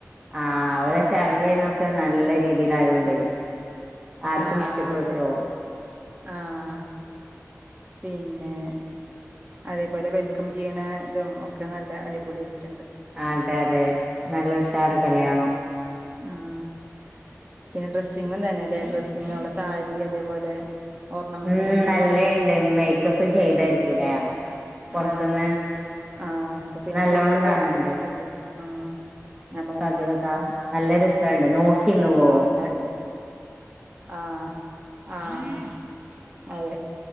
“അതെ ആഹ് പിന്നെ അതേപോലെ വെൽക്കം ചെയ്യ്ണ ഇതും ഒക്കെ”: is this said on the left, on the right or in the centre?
Right